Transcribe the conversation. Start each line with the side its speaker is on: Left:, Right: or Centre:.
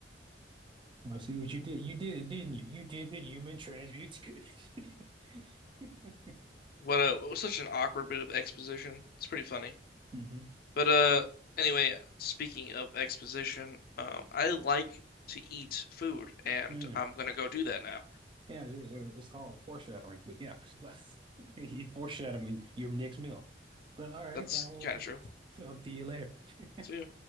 Right: I see what you did. You did it, didn't you? You did the human transmutation. <laughs>
Left: What a it was such an awkward bit of exposition. It's pretty funny.
Right: hmm
Left: But uh anyway, speaking of exposition, um I like to eat food and
Right: Mm.
Left: I'm gonna go do that now.
Right: Yeah, it's, it's called foreshadowing. But yeah, <laughs> but he foreshadowing your next meal. But all right,
Left: That's
Right: I will
Left: kind of true.
Right: talk to you later.
Left: So yeah.
Right: <laughs>